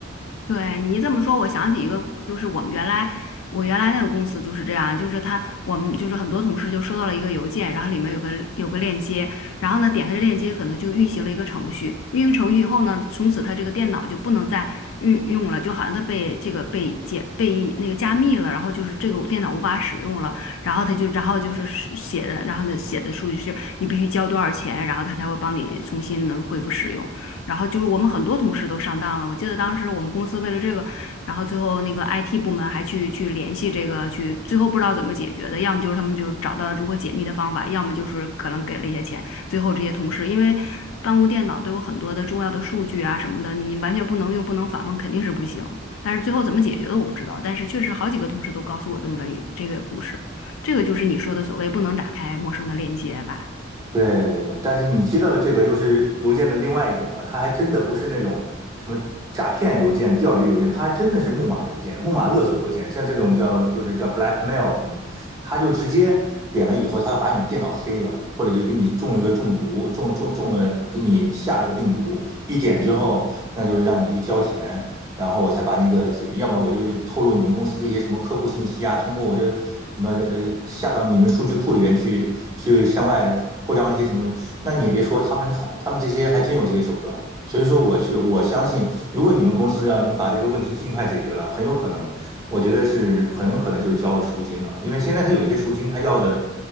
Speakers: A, on the left; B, on the right.
A: 对你一这么说，我想起一个，就是我们原来我原来那个公司就是这样，就是他我们就是很多同事就收到了一个邮件，然后里面有个有个链接，然后呢点开这链接，可能就运行了一个程序，运行程序以后呢，从此他这个电脑就不能再运用了，就好像他被这个被解被那个加密了，然后就是这个电脑无法使用了，然后他就然后就是是写的，然后呢写的数据是你必须交多少钱，然后他才会帮你重新能恢复使用。然后就是我们很多同事都上当了。我记得当时我们公司为了这个，然后最后那个 IT 部门还去去联系这个，去最后不知道怎么解决的，要么就是他们就找到如何解密的方法，要么就是可能给了一些钱。最后这些同事因为办公电脑都有很多的重要的数据啊什么的，你完全不能用，不能访问，肯定是不行。但是最后怎么解决的我不知道，但是确实好几个同事都告诉我这么了一这个故事，这个就是你说的所谓不能打开陌生的链接吧。
B: 对对对，但是你接到的这个又是邮件的另外一种了，它还真的不是那种什么诈骗邮件、钓鱼邮件，它还真的是木马邮件、木马勒索邮件，像这种叫就是叫 blackmail 什么，它就直接点了以后，它把你电脑黑了，或者就给你中一个中毒，中中中了，给你下了个病毒，一点之后，那就是让你去交钱，然后我才把那个解密，要不然我就透露你们公司的一些什么客户信息啊，通过我这什么呃下到你们数据库里边去，去向外扩张一些什么东西。那你也别说，他们他们这些还真有这些手段。所以说我，我我相信，如果你们公司要能把这个问题尽快解决了，很有可能，我觉得是很有可能就是交了赎金了，因为现在他有些赎金他要的。